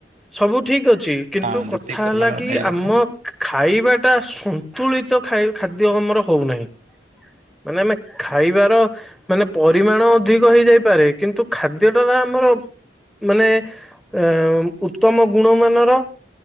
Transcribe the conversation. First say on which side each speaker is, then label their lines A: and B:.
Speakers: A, in the centre; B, on the right (about 45°).
A: ସବୁ ଠିକ ଅଛି କିନ୍ତୁ
B: ହଁ ଯେତିକି
A: କଥା
B: ପରିମାଣର
A: ହେଲା କି
B: ଖାଇବା
A: ଆମ
B: କଥା ହଁ
A: ଖାଇବା ଟା ସନ୍ତୁଳିତ ଖାଇ ଖାଦ୍ୟ ଆମର ହଉନାହିଁ ମାନେ ଆମେ ଖାଇବାର ମାନେ ପରିମାଣ ଅଧିକ ହେଇଯାଇପାରେ କିନ୍ତୁ ଖାଦ୍ୟ ଟା ଆମର ମାନେ ଆ ଉତ୍ତମ ଗୁଣ ମାନର